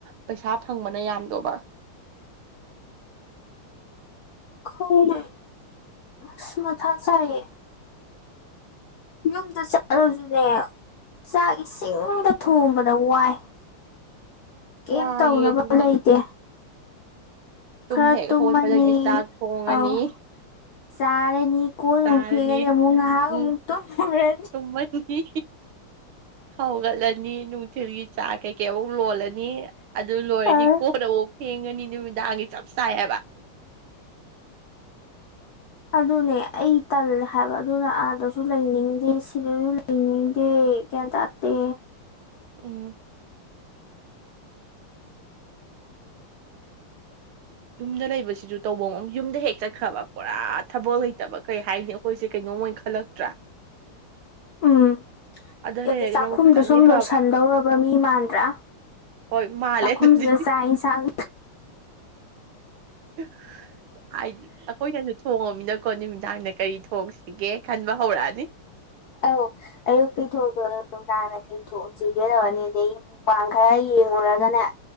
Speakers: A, on the right; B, on the left.
A: ꯄꯩꯁꯥ ꯐꯪꯕꯅ ꯌꯥꯝꯗꫭꯕ
B: ꯈꯪꯗꯦ ꯑꯁ ꯃꯊꯥ ꯁꯥꯏꯌꯦ ꯌꯨꯝꯗ ꯆꯠꯂꯗꯨꯅꯦ ꯆꯥꯛ ꯏꯁꯤꯡꯗ ꯊꯣꯡꯕꯗ ꯋꯥꯏ ꯀꯩꯝ
A: ꯋꯥꯏꯌꯦ
B: ꯇꯧꯅꯕ
A: ꯑꯗꯨꯅꯤ
B: ꯂꯩꯇꯦ
A: ꯇꯨꯝ
B: ꯈꯔ
A: ꯍꯦꯛ
B: ꯇꯨꯝꯃꯅꯤ
A: ꯍꯧꯒꯠꯄꯗꯒꯤ ꯆꯥꯛ ꯊꯣꯡꯉꯅꯤ
B: ꯑꯧ ꯆꯔꯥꯅꯤ ꯀꫭꯟ
A: ꯆꯥꯔꯅꯤ
B: ꯑꯃꯨꯛ ꯐꯤꯒꯗꯤ ꯑꯃꯨꯛ ꯉꯍꯥꯛ
A: ꯎꯝ
B: ꯑꯃꯨꯛ ꯇꯨꯃꯨꯔꯅꯤ
A: ꯇꯨꯝꯃꯅꯤ ꯍꯧꯒꯠꯂꯅꯤ ꯅꯨꯡꯊꯤꯜꯒꯤ ꯆꯥ ꯀꯩꯀꯩ ꯑꯃꯨꯛ ꯂꯣꯜꯂꯅꯤ ꯑꯗꯨ ꯂꯣꯏꯔꯗꯤ
B: ꯑꯥ
A: ꯀꯣꯟꯅ ꯑꯃꯨꯛ ꯐ°ꯡꯉꯅꯤ ꯅꯨꯃꯤꯗꯥꯡꯒꯤ ꯆꯞ ꯆꯥꯏ ꯍꯥꯏꯕ
B: ꯑꯗꯨꯅꯦ ꯑꯩ ꯇꯜꯂꯦ ꯍꯥꯏꯕ ꯑꯗꯨꯅ ꯑꯥꯗꯁꯨ ꯂꯩꯅꯤꯡꯗꯦ ꯁꯤꯗꯁꯨ ꯔꯩꯅꯤꯡꯗ° ꯒꯌꯥꯟ ꯇꯥꯗꯦ
A: <inaudible> ꯌꯨꯝꯗ ꯂꯩꯕꯁꯤꯁꯨ ꯇꯧꯕ ꯑꯃ ꯌꯨꯝꯗ ꯍꯦꯛ ꯆꯠꯈ꯭ꯔꯕ ꯄꯨꯔꯥ ꯊꯕꯛ ꯂꯩꯇꯕ ꯀꯩ ꯍꯥꯏꯅꯤ ꯑꯩꯈꯣꯏꯁꯦ ꯀꯩꯅꯣꯏ ꯑꫭꯏꯅꯥ ꯈꯜꯂꯛꯇ꯭ꯔꯥ
B: ꯎꯝ
A: ꯑꯗ
B: ꯍꯥꯏꯗꯤ
A: ꯂꯩꯔꯒꯅ
B: ꯆꯥꯛꯈꯨꯝꯗꯥ
A: ꯑꯃꯨꯛ ꯈꯤꯇꯪꯗꯤ
B: ꯁꯨꯝ
A: ꯐꯕ
B: ꯂꯣꯏꯁꯟꯗꯧꯔꯕ ꯃꯤ ꯃꯥꯟꯗ꯭ꯔꯥ
A: ꯍꯣꯏ ꯃꯥꯜꯂꯦ
B: ꯆꯥꯛꯈꯨꯝ
A: ꯑꯗꯨꯗꯤ
B: ꯁꯤꯗꯥ ꯆꯥꯛ ꯑ°ꯟꯁꯥꯡ
A: <unintelligible> ꯑꯩꯈꫭꯏꯅꯗꯥ ꯊꯣꯡꯉꯃꯤꯅꯀꯣ ꯅꯨꯃꯤꯗꯥꯡꯗ ꯀꯔꯤ ꯊꯣꯡꯁꯤꯒꯦ ꯈꯟꯕ ꯍꯧꯔꯛꯑꯅꯤ
B: <inaudible> ꯑꯌꯨꯛꯀꯤ ꯊꯣꯡ ꯊꫭꯡꯅ ꯅꯨꯡꯗꯥꯅ ꯀꯩ ꯊꫭꯡꯁꯤꯒ° ꯇꯧꯔꯅꯤ ꯑꯗꯩ ꯄꯥꯡꯈꯥ ꯌꯦꯡꯉꯨꯔꯒꯅ